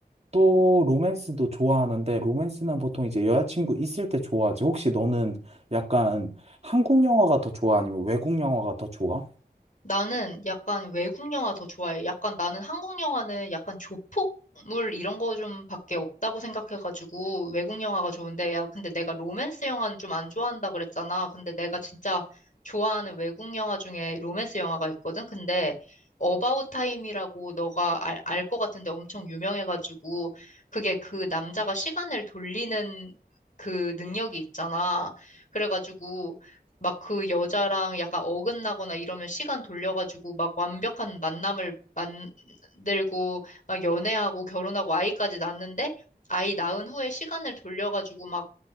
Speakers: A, on the right (about 40°); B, on the left (about 50°).
A: 또 로맨스도 좋아하는데 로맨스는 보통 이제 여자친구 있을 때 좋아하지. 혹시 너는 약간 한국 영화가 더 좋아? 아니면 외국 영화가 더 좋아?
B: 나는 약간 외국 영화 더 좋아해. 약간 나는 한국 영화는 약간 조폭물 이런 거 좀 밖에 없다고 생각해가지고 외국 영화가 좋은데, 야, 근데 내가 로맨스 영화는 좀 안 좋아한다 그랬잖아. 근데 내가 진짜 좋아하는 외국 영화 중에 로맨스 영화가 있거든. 근데 어바웃 타임이라고 너가 알, 알 것 같은데 엄청 유명해가지고 그게 그 남자가 시간을 돌리는 그 능력이 있잖아. 그래가지고 막 그 여자랑 약간 어긋나거나 이러면 시간 돌려가지고 막 완벽한 만남을 만들고 막 연애하고 결혼하고 아이까지 낳는데 아이 낳은 후에 시간을 돌려가지고 막